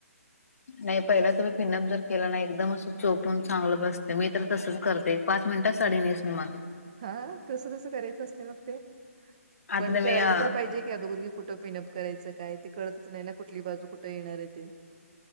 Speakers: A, on the left; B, on the right.
A: नाही पहिला तुम्ही पिनअप जर केला ना, एकदम असं चोपून चांगलं बसते मी तर तसच करते. पाच मिनिटात साडी नेसून माग
B: हां! कसं कसं करायचं असतंय मग ते?
A: आता
B: पण
A: तुम्ही
B: कळायला
A: अ
B: तर पाहिजे. की अदोगर की कुठं पिनअप करायचं काय ते कळतच नाही ना कुठली बाजू कुठं येणार आहे ते.